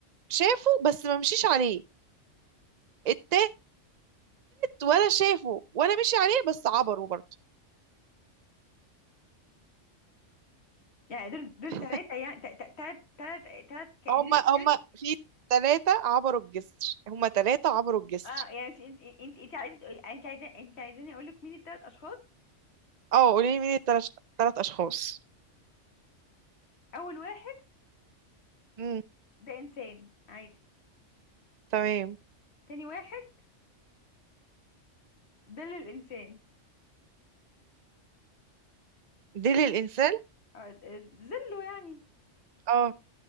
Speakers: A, on the right; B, on the left.
A: شافه بس ما مشيش عليه التالت ولا شافه ولا مشي عليه بس عبروا برضه
B: يعني دول دول
A: <laughs>
B: ثلاثة يعني ثلاث ثلاث ثلاث كائنات
A: هما هما
B: يعني
A: في ثلاثة عبروا الجسر هما ثلاثة عبروا الجسر
B: اه يعني مش انت انت انت عايزه تقولي انت عايزه انت عايزاني اقول لك مين الثلاث اشخاص
A: اه قولي لي مين الثلاث ثلاث اشخاص
B: اول واحد
A: امم
B: ده انسان عادي
A: تمام
B: تاني واحد ده للانسان
A: دي للانسان
B: آه، آه، زله يعني
A: اه